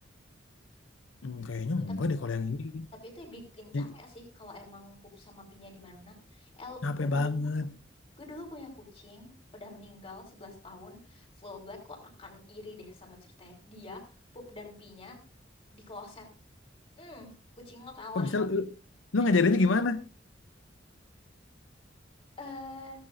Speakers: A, on the left (about 90°); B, on the left (about 30°).
A: Hmm, kayaknya
B: Duh, tapi
A: enggak
B: itu
A: deh kalau yang ini.
B: tapi itu bikin
A: Ya,
B: capek sih kalau emang pup sama pinya di mana-mana. El,
A: capek
B: gue dulu
A: banget.
B: gue dulu punya kucing udah meninggal sebelas tahun full black lo akan iri deh sama ceritanya. Dia pup dan pinya di kloset. Hmm, kucing lo kalah.
A: Kok bisa lu, lu
B: <laughs>
A: ngajarinnya gimana?
B: Eh,